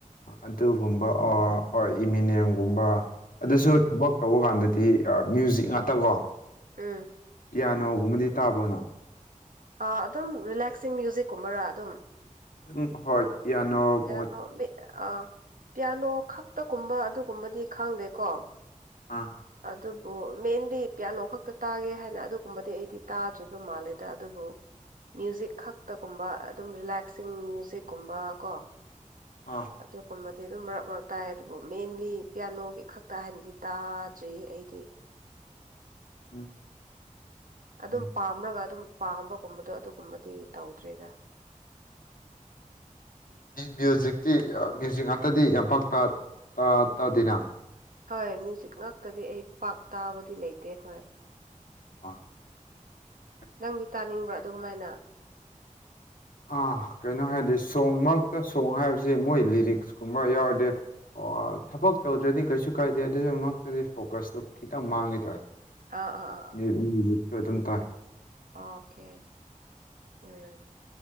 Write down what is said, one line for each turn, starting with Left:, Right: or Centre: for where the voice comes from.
Left: ꯑꯗꯨꯒꯨꯝꯕ ꯍꯣꯏ ꯏꯃꯤꯅꯤꯌꯝꯒꯨꯝꯕ ꯑꯗꯨꯁꯨ
Right: ꯎꯝ
Left: ꯊꯕꯛ ꯇꯧꯕ ꯀꯥꯟꯗꯗꯤ ꯃ꯭ꯌꯨꯖꯤꯛ ꯉꯥꯛꯇꯀꯣ
Right: ꯎꯝ
Left: ꯄꯤꯌꯥꯅꯣꯒꯨꯝꯕꯗꯤ ꯇꯥꯕ꯭ꯔꯣ ꯅꯪ
Right: ꯑꯗꯨꯝ ꯔꯤꯂꯦꯛꯁꯤꯡ ꯃ꯭ꯌꯨꯖꯤꯛꯀꯨꯝꯕꯔꯥ ꯑꯗꯨꯝ
Left: ꯎꯝ ꯍꯣꯏ ꯄꯤꯌꯥꯅꯣ
Right: ꯄꯤꯌꯥꯅꯣ
Left: ꯃꯣꯠ
Right: ꯃꯤ ꯑꯥ ꯄꯤꯌꯥꯅꯣ ꯈꯛꯇꯒꯨꯝꯕ ꯑꯗꯨꯒꯨꯝꯕꯗꯤ ꯈꯪꯗꯦꯀꯣ
Left: ꯑꯥ
Right: ꯑꯗꯨꯕꯨ ꯃꯦꯟꯗꯤ ꯄꯤꯌꯥꯅꯣ ꯈꯛꯇ ꯇꯥꯒꯦ ꯍꯥꯏꯅ ꯑꯗꯨ ꯀꯨꯝꯕꯗꯤ ꯑꯩꯗꯤ ꯇꯥꯗ꯭ꯔꯤꯕ ꯃꯥꯜꯂꯦ ꯑꯗ ꯑꯗꯨꯕꯨ ꯃ꯭ꯌꯨꯖꯤꯛ ꯈꯛꯇꯒꯨꯝꯕ ꯑꯗꯨꯝ ꯔꯤꯂꯦꯛꯁꯤꯡ ꯃ꯭ꯌꯨꯖꯤꯛꯀꯨꯝꯕ ꯀꯣ
Left: ꯑꯥ
Right: ꯍꯥꯛꯇꯦꯛꯀꯨꯝꯕꯗꯤ ꯑꯗꯨꯝ ꯃꯔꯛ ꯃꯔꯛ ꯇꯥꯏ ꯑꯗꯨꯕꯨ ꯃꯦꯟꯂꯤ ꯄꯤꯌꯥꯅꯣꯒꯤ ꯈꯛꯇ ꯍꯥꯏꯅꯗꯤ ꯇꯥꯗ꯭ꯔꯤ ꯑꯩꯗꯤ
Left: ꯎꯝ
Right: ꯑꯗꯨꯝ
Left: ꯎꯝ
Right: ꯄꯥꯝꯂꯒ ꯑꯗꯨꯝ ꯄꯥꯝꯕꯒꯨꯝꯕꯗꯣ ꯑꯗꯨꯒꯨꯝꯕꯗꯤ ꯇꯧꯗ꯭ꯔꯤꯗ
Left: ꯃ꯭ꯌꯨꯖꯤꯛꯇꯤ ꯃ꯭ꯌꯨꯖꯤꯛ ꯉꯥꯛꯇꯗꯤ ꯌꯥꯝꯄꯥꯛ ꯇꯥ ꯇꯥ ꯇꯥꯗꯦꯅ
Right: ꯍꯣꯏ ꯃ꯭ꯌꯨꯖꯤꯛ ꯉꯥꯛꯇꯗꯤ ꯑꯩ ꯄꯥꯛ ꯇꯥꯕꯗꯤ ꯂꯩꯇꯦ ꯍꯣꯏ
Left: ꯑ <unintelligible>
Right: ꯅꯪꯗꯤ ꯇꯥꯅꯤꯡꯕ꯭ꯔꯥ ꯑꯗꯨꯃꯥꯏꯅ
Left: ꯑꯥ ꯀꯩꯅꯣ ꯍꯥꯏꯔꯗꯤ ꯁꯣꯡ ꯃꯔꯛꯇ ꯁꯣꯡ ꯍꯥꯏꯕꯁꯤ ꯃꯣꯏ ꯂꯤꯔꯤꯛꯁ ꯀꯨꯝꯕ ꯌꯥꯎꯔꯗꯤ ꯑꯣ ꯊꯕꯛ ꯇꯧꯗ꯭ꯔꯗꯤ ꯀꯩꯁꯨ ꯀꯥꯏꯗꯦ ꯑꯗꯨꯒꯤꯃꯛꯇꯗꯤ ꯐꯣꯀꯁꯇꯨ ꯈꯤꯇꯪ ꯃꯥꯡꯒꯦ ꯇꯧꯔꯦ
Right: ꯑꯥ ꯑꯥ ꯑꯥ
Left: ꯑꯩꯛꯁꯨ <unintelligible> ꯑꯗꯨꯝ ꯇꯥꯏ
Right: ꯑꯣꯀꯦ ꯎꯝ